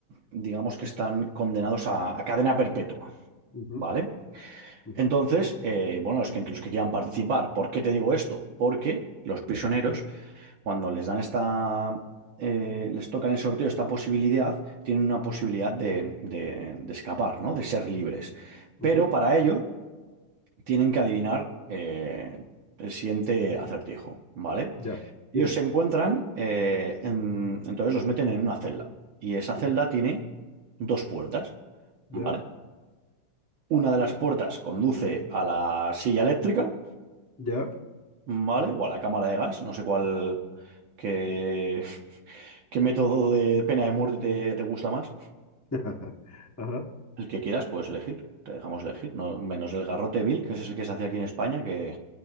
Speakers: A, on the right (about 70°); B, on the left (about 20°).
A: digamos que están condenados a, a cadena perpetua,
B: ujú,
A: ¿vale?
B: ujú,
A: Entonces, eh, bueno, los que, los que quieran participar, ¿por qué te digo esto? Porque los prisioneros, cuando les dan esta, eh, les tocan el sorteo esta posibilidad, tienen una posibilidad de, de- de escapar, ¿no? De ser libres.
B: ujú,
A: Pero para ello tienen que adivinar eh, el siguiente acertijo, ¿vale?
B: Ya, dime.
A: Ellos se encuentran, eh, en- entonces los meten en una celda y esa
B: ujú,
A: celda tiene dos puertas,
B: Ya,
A: ¿vale? Una de las puertas conduce a la silla eléctrica,
B: ya.
A: ¿vale? O a la cámara de gas, no sé cuál, qué, <laughs> qué método de pena de muerte te, te gusta más.
B: <laughs> Ajá.
A: El que quieras puedes elegir, te dejamos elegir, no, menos el garrote vil, que ese es el que se hacía aquí en España, que